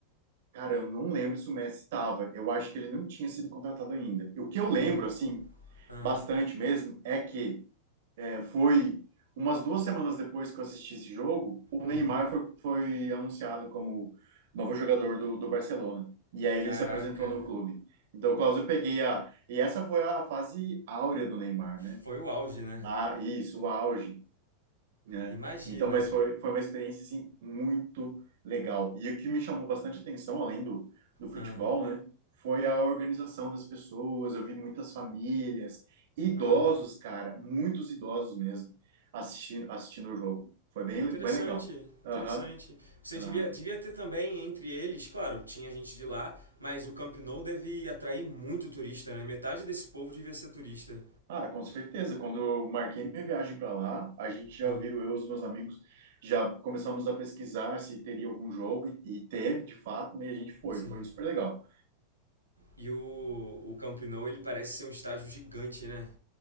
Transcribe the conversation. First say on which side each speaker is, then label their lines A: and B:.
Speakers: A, on the right; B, on the right.
A: Cara, eu não lembro se o Messi estava, eu acho que ele não tinha sido contratado ainda. E o que eu lembro,
B: Hum,
A: assim,
B: Ah,
A: bastante mesmo, é que Foi umas duas semanas depois que eu assisti esse jogo, o Neymar
B: aham.
A: foi, foi anunciado como novo jogador do, do Barcelona. E aí
B: Caraca.
A: ele se apresentou no clube. Então, quase eu peguei a. E essa foi a fase áurea do Neymar,
B: Foi
A: né?
B: o auge, né?
A: Lá, isso, o auge né?
B: Imagina.
A: Então, mas foi, foi uma experiência, assim, muito legal. E o que me chamou bastante atenção, além do, do futebol,
B: Ah,
A: né? Foi a organização das pessoas, eu vi muitas famílias, idosos,
B: ah.
A: cara, muitos idosos mesmo, assistindo, assistindo o jogo. Foi bem,
B: Interessante,
A: bem legal. Aham,
B: interessante. Você
A: aham.
B: devia, devia ter também entre eles, claro, tinha gente de lá, mas o Camp Nou deve atrair muito turista, né? Metade desse povo devia ser turista.
A: Ah, com certeza. Quando eu marquei minha viagem para lá, a gente já
B: Ah,
A: viu, eu e os meus amigos, já começamos a pesquisar se teria algum jogo, e, e teve, de fato, e a gente foi.
B: sim.
A: Foi super legal.
B: E o, o Camp Nou, ele parece ser um estádio gigante, né?